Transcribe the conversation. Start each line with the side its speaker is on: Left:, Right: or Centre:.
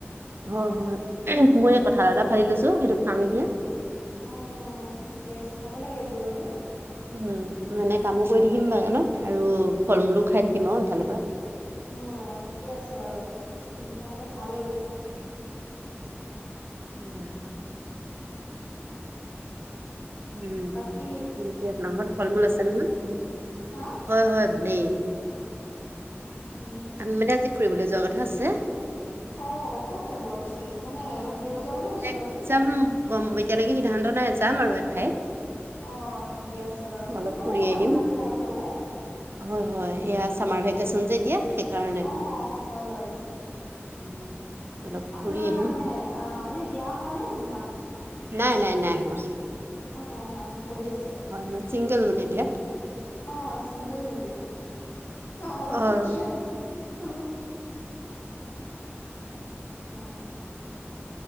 Right: হয় হয় মই এই কঠাল এটা ফালি লৈছো সেইটো খাম এতিয়া।
Left: অ ঠিকে আছে খাব লাগে এইবোৰ বাৰু
Right: উম এনে কামো কৰি থাকিম বাগানত আৰু ফল মূলো খাই থাকিম আৰু এফালৰ পৰা
Left: অ ঠিকে আছে বাৰু তেনেকা হ'লে ভালেই
Right: উম উম
Left: বাকী
Right: আপোনাৰ ঘৰত ফল মূল আছে নহয়
Left: হা?
Right: হয় হয় মানেই
Left: উম।
Right: আমি মানে আজি ফুৰিবলৈ যোৱাৰ কথা আছে।
Left: অ ক'ত যাব পিছে মানে অলপ দূৰত। যাব নে ওচৰতে?
Right: গ যাম গম এতিয়ালৈকে সিদ্ধান্ত নাই যাম আৰু এঠাই।
Left: অ' ঠিকে আছে বাৰু
Right: অলপ
Left: ফুৰিব
Right: ফুৰি
Left: লাগে মাজে
Right: আহিম
Left: মাজে টাইম পালে।
Right: হয় হয় এয়া। ছামাৰ ভেকেশ্যন যে। এতিয়া সেইকাৰণে
Left: অ হয় বাৰু।
Right: উম, অলপ ফুৰি
Left: আপোনাৰ
Right: আহিম।
Left: মানে আহ আপুনি বিয়া হোৱা নে নোহোৱা?
Right: নাই নাই নাই হোৱা।
Left: অ নাই হোৱা ন। পঢ়ি আছে
Right: হয়, মই ছিংগল মানে এতিয়া।
Left: অ চিংগল নেকি? অ
Right: হয়
Left: থিকে
Right: হয়।
Left: আছি অ। অ।